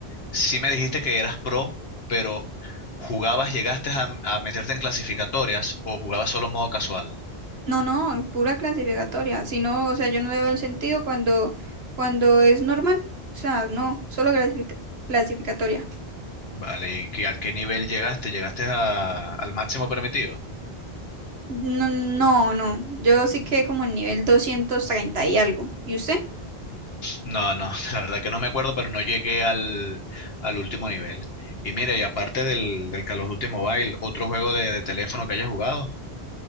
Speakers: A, on the left (about 65°); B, on the right (about 70°).
A: sí me dijiste que eras pro, pero ¿jugabas, llegaste a, a meterte en clasificatorias o jugabas solo modo casual?
B: No, no, pura clasificatoria. Si no, o sea, yo no le veo el sentido cuando, cuando es normal. O sea, no, solo clasifica- clasificatoria.
A: Vale, ¿y qué- a qué nivel llegaste? ¿Llegaste a- al máximo permitido?
B: No, no, no. Yo sí quedé como en nivel 230 y algo. ¿Y usted?
A: No, no, <laughs> la verdad que no me acuerdo, pero no llegué al, al último nivel. Y mira, y aparte del, del Call of Duty Mobile, ¿otro juego de, de teléfono que hayas jugado?